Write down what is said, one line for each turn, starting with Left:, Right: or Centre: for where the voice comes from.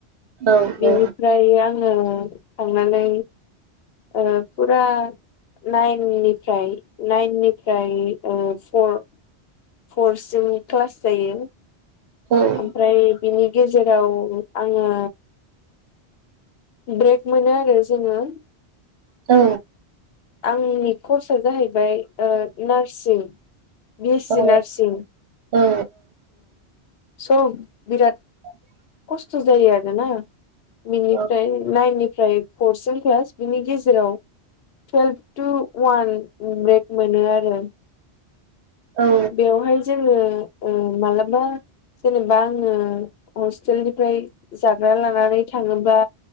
Right: औ
Left: बेनिफ्राय
Right: औ
Left: आङो थांनानै ओं फुरा नाइन निफ्राय नाइन निफ्राय ओ फर फरसिम क्लास जायो
Right: औ।
Left: ओमफ्राय बिनि गेजेराव आङो ब्रेक मोनो आरो जोङो
Right: औ
Left: आंनि कर्स जाहैबाय ओ नार्सिं बि एस सि
Right: औ
Left: नार्सिं
Right: औ
Left: स' बिराद
Right: <inaudible>
Left: खस्थ' जायो आरोना बिनिफ्राय
Right: औ
Left: नाइन निफ्राय फरसिं क्लास बिनि गेजेराव। टुवेल्भ टु वान ब्रेक मोनो आरो।
Right: औ
Left: बेवहाय जोङो ओ मालाबा जेनेबा आङो हस्टेलनिफ्राय जाग्रा लानानै थाङोबा